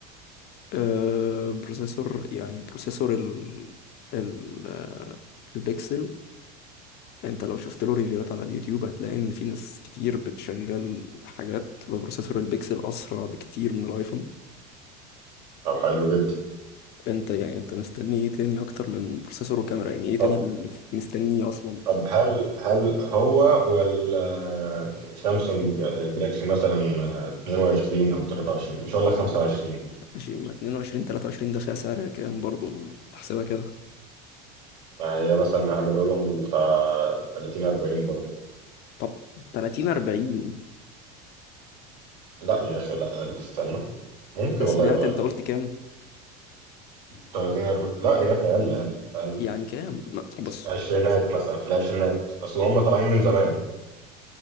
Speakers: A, on the left; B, on the right.
A: أه بروسيسور يعني بروسيسور ال ال آه، البيكسل انت لو شفت له ريفيوهات على اليوتيوب هتلاقي ان في ناس كتير بتشغل حاجات ببروسيسور البيكسل اسرع بكتير من الايفون
B: طب حلو جدا
A: انت يعني انت مستني ايه تاني اكتر من بروسيسور وكاميرا يعني ايه تاني
B: طب
A: اللي في- مستنيه اصلا
B: طب هل هل هو ولا سامسونج جلاكسي مثلا 22 او 23 مش هقول لك 25
A: ماشي ما 22 23 ده فيها سعر كام برضه ما تحسبها كده
B: ما هي مثلا هعمله لهم بتاع 30 40 برضه
A: طب 30 40
B: لا يا اخي لا اقل استنى ممكن
A: انت سمعت
B: والله يبقى
A: انت
B: اقل
A: قلت كام
B: 30 40 لا يا اخي اقل اقل اقل
A: يعني كام ما- بص
B: عشرينات
A: بص،
B: مثلا في العشرينات اصل هم طالعين من زمان